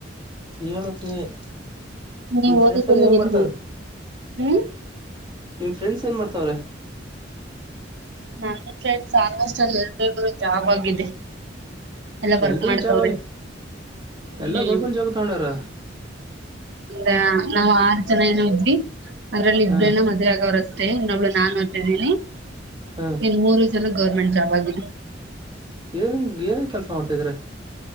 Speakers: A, on the right (about 25°); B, on the right (about 65°).
A: ಹೇಳುತ್ತೆ ನೀವೆ
B: ನೀವ್
A: ನಿಮ ಫ್ರೆಂಡ್ಸ್
B: ಓದಿದ್ದೆಲ್ಲ
A: ಎಲ್ಲ ಏನ್
B: ಎಲ್ಲಿ
A: ಮಾಡ್ತವ್ರ
B: ಹ್ಮ್
A: ನಿಮ್ಮ ಫ್ರೆಂಡ್ಸ್ ಏನು ಮಾಡ್ತಾವ್ರೆ
B: ನನ್ನ ಫ್ರೆಂಡ್ ಸಾಕಷ್ಟಲ್ಲಿ ಎಲ್ರು ಜಾಬ್ ಆಗಿದೆ ಎಲ್ಲ ವರ್ಕ್
A: ಎಲ್ರಿಗೂ
B: ಮಾಡ್ತವ್ರೆ
A: ಜಾಬ್ ಆಗ ಎಲ್ಲಾ
B: ಹ್ಮ್
A: ಗೌರ್ಮೆಂಟ್ ಜಾಬ್ ತಗೊಂಡಾರ
B: ಅದ ನಾವ್ ಆರ್ ಜನ ಏನು ಇದ್ವಿ ಅದ್ರಲ್ಲಿ
A: ಹಾಂ
B: ಇಬ್್ರೇನ ಮುವೆ ಆಗೋ ರಸ್ ಮತ್ತೆ ಇನ್ನೊಬ್ಳು ನಾನನ್ ತಿದ್ದೀನಿ
A: ಹಾಂ
B: ಎಲ್ಲಿ ಮೂರು ಸಲ ಗವರ್ಮೆಂಟ್ ಜಾಬ್ ಆಗಿದೆ
A: ಏನನ್ ಏನನ್ ಕೆಲ್ಸ ಮಾಡ್ತಿದಾರಾ